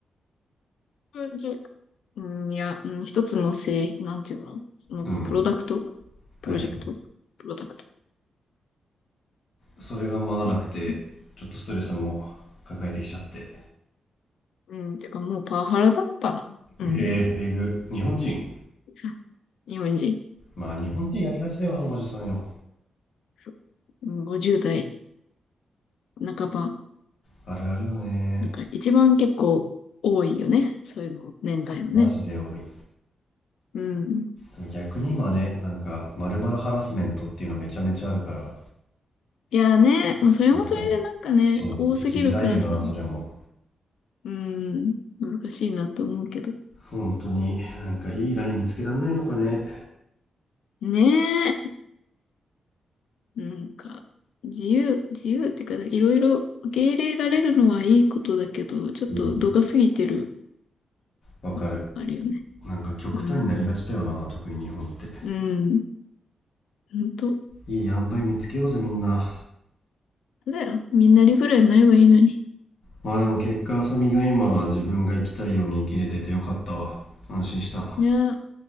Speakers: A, on the left; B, on the left.
A: うんじうん、いや、うん、一つの製、なんていうのその、
B: うん。
A: プロダクト
B: は
A: プロジェクトプロダクト。
B: いはい。それが回らなくて、
A: そう。
B: ちょっとストレスも抱えてきちゃって。
A: うん、てかもうパワハラだったな。うん。
B: えええぐ。日本人。
A: さ日本人。
B: まあ日本人やりがちだよな、マジそういうの。
A: そううん50代半ば。
B: あるあるよね。
A: だから一番結構多いよね。そういうの、年代のね。
B: マジで多い。
A: うん。
B: でも逆に今ね、なんか、まるまるハラスメントっていうのめちゃめちゃあるから、
A: いやね、まあそれもそれでなんかね、
B: なんか、そう、
A: 多すぎるからさ、
B: 生きづらいよな、それも。
A: うん、難しいなと思うけど。
B: 本当に、なんかいいライン見つけらんないのかね。
A: ねえ。なんか、自由、自由っていうか、いろいろ受け入れられるのはいいことだけど、ちょっと度が過ぎてる
B: うん。わかる。
A: のもあるよね。
B: なんか極端になりがちだよな、
A: うん。
B: 特に日本って。
A: うん。ほんと。
B: いい塩梅見つけようぜ、みんな。
A: だよ。みんなリブラになればいいのに。
B: まあでも結果、浅見が今、自分が生きたいように生きれててよかったわ。安心した。
A: いやー、